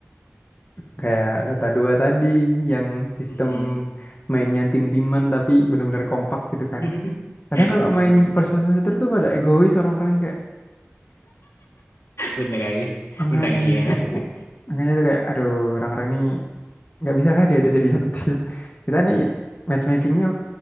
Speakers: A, on the left; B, on the left.
A: kayak Dota 2 tadi, yang sistem
B: Mm-mm.
A: mainnya tim-timan tapi benar-benar kompak gitu kan.
B: <laughs>
A: Kadang kalau
B: Bener,
A: main
B: bener.
A: first person shooter tuh pada egois orang-orangnya kayak
B: Bener lagi.
A: angkanya.
B: Minta ngehil. <laughs>
A: Angkanya tuh kayak aduh, orang-orang ini nggak bisa kah diajak jadi satu tim <laughs> kita nih matchmakingnya